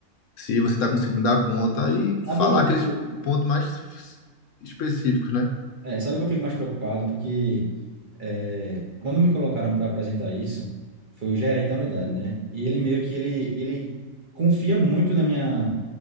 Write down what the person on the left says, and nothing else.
se você está conseguindo dar conta e
falar
aqueles
pontos mais específicos, né?